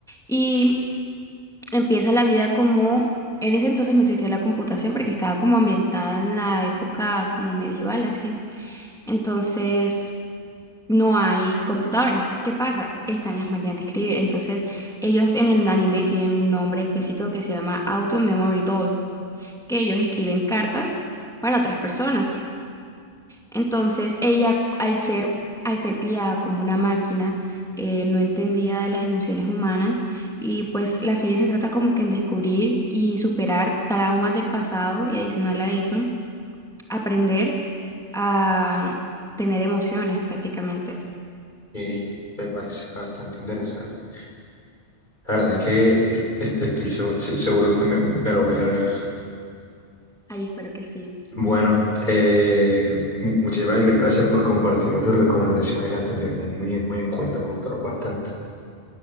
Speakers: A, in the centre; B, on the left.
A: y empieza la vida como, en ese entonces no existía la computación porque estaba como ambientada en la época como medieval, así. Entonces, no hay computadores. ¿Qué pasa? Que están las máquinas de escribir. Entonces, ellos en el anime tienen un nombre específico que se llama Auto Memory Doll, que ellos escriben cartas para otras personas. Entonces ella, al ser, al ser criada como una máquina, eh, no entendía de las emociones humanas y pues la serie se trata como que en descubrir y superar traumas del pasado y adicional a eso, aprender a tener emociones prácticamente.
B: me parece bastante interesante. La verdad es que es- es- estoy seg- se- seguro que me, me lo voy a ver.
A: Ay, espero que sí.
B: Bueno, eh, mu- muchísimas gra- gracias por compartirme tus recomendaciones, las tendré muy en, muy en cuenta, me gustaron bastante.